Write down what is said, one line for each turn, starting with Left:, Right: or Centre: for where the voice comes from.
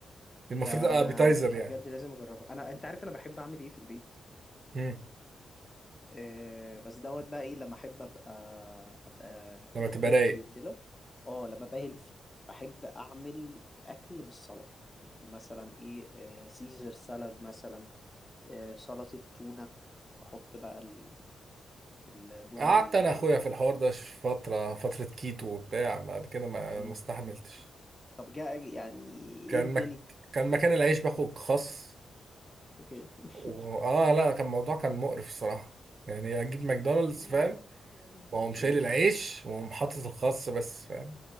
Right: دي المفروض
Left: ده
Right: ابيتايزر
Left: انا انا
Right: يعني
Left: بجد لازم اجربه انا انت عارف انا بحب اعمل ايه في البيت
Right: مم.
Left: آه، بس دوت بقى ايه لما احب ابقى ابقى
Right: لما
Left: يعني
Right: تبقى
Left: هيلثي
Right: رايق
Left: وكده اه لما ابقى هيلثي بحب اعمل اكل بالسلطه يعني مثلا ايه آه، سيزر سالاد مثلا آه، سلطه تونه واحط بقى ال- الذره
Right: قعدت
Left: ال...
Right: انا اخويا في الحوار ده ش- فتره فتره كيتو وبتاع بعد كده ما
Left: مم.
Right: ما استحملتش
Left: طب جاء يعني
Right: كان
Left: ايه الدنيا
Right: مك... كان مكان العيش باخد خس
Left: اوكي
Right: و...
Left: <laughs>
Right: اه لا كان الموضوع كان مقرف الصراحه يعني اجيب ماكدونالدز
Left: آه،
Right: فاهم
Left: آه،
Right: واقوم شايل
Left: ماشي
Right: العيش واقوم حاطط الخس بس فاهم